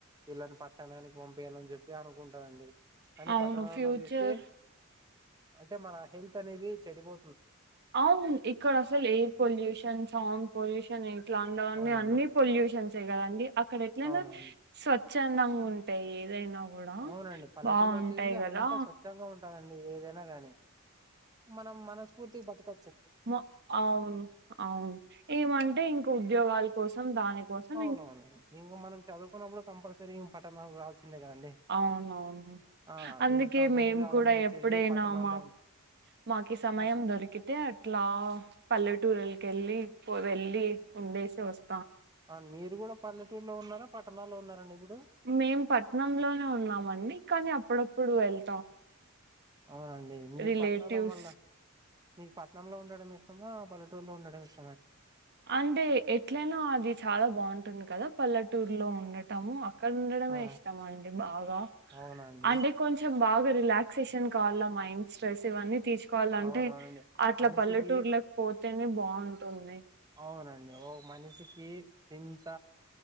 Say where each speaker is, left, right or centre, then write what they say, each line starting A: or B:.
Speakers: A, on the right; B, on the right.
A: పిల్లల్ని పట్టణానికి పంపియాలని చెప్పి అనుకుంటారు అండి కానీ
B: అవును
A: పట్టణాల్లో
B: ఫ్యూచర్
A: చూస్తే, అంటే మన హెల్త్ అనేది చెడిపో
B: అవును ఇక్కడసలు ఎయిర్ పొల్యూషన్, సౌండ్ పొల్యూషన్ ఎ ఇట్లాంటివన్నీ
A: అవునండి
B: అన్ని పొల్యూషన్సే కదండి! అక్కడ ఎట్లయినా
A: అవునవును
B: సోచ్ చందంగుంటాయి ఏదైనా గూడా
A: అవునండి. పల్లెటూళ్లో
B: బావుంటాయి
A: వచ్చేసి
B: గదా
A: అంతా స్వచ్ఛంగా ఉంటాదండి. ఏదైనా గానీ, మనం మనస్ఫూర్తిగ బతక
B: మో అవును. అవును. ఏమంటే, ఇంక ఉద్యోగాల కోసం, దాని కోసం
A: అవునవునండి. ఇంక మనం చదువుకున్నప్పుడు కంపల్సరీ ఇం పట్టణాలకి రావాల్సిందే కదండి!
B: అవునవును.
A: ఆ
B: అందుకే
A: ఇంక కంపెనీలు
B: మేము
A: అవన్నీ
B: కూడ
A: వచ్చేసి
B: ఎప్పుడైనా,
A: పట్టణాల్లో
B: మాక్
A: ఉం
B: మాకి సమయం
A: ఆ చెప్
B: దొరికితే, అట్ అట్లా పల్లెటూరులకి వెళ్ళి పో వెళ్ళలి ఉండేసి వస్
A: ఆ మీరు కూడా పల్లెటూరులో ఉన్నారా పట్టణాలో ఉన్నారండి ఇప్
B: మేం పట్నంలోనే ఉన్నామండి కానీ అప్పుడప్పుడు వెళ్
A: అవునండి. మీరు
B: రిలేటివ్స్
A: పట్టణాల్లో మళ్ళా మీకు పట్నంలో ఉండడం ఇష్టమా? పల్లెటూరులో ఉండడం ఇష్
B: అంటే, ఎట్లనో అది చాల బాగుంటుంది కదా! పల్లెటూరులో ఉండటము. అక్కడ ఉండడమే
A: ఆ
B: ఇష్టం అండి బాగ.
A: అవునండి
B: అంటే కొంచెం, బాగ రిలాక్సేషన్ కావల్ల మైండ్ స్ట్రెస్ ఇవన్నీ తీర్చు కొల్లంటే,
A: అవునవునండి
B: అట్ల
A: మనిషికి
B: పల్లెటూర్లకి పోతేనే బాంటది.
A: అవునండి. ఓ మనిషికి చింత